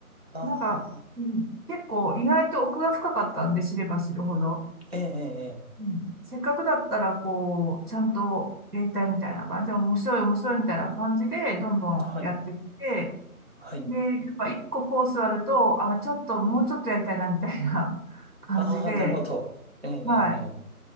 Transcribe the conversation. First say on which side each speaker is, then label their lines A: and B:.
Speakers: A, on the right (about 45°); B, on the right (about 85°).
A: ああ、
B: なんか、うん、結構意外と奥が深かったんで、知れば知るほど。
A: ええ、ええ、ええ
B: うん、せっかくだったら、こう、ちゃんとやりたいみたいな感じ、面白い、面白いみたいな感じで、どんどんやってって、
A: はい、はい。
B: で、やっぱ一個コースあると、あ、ちょっと、もうちょっとやりたいな、みたいな <laughs> 感じで、
A: ああ、なるほど。ええ、ええ、
B: はい。
A: え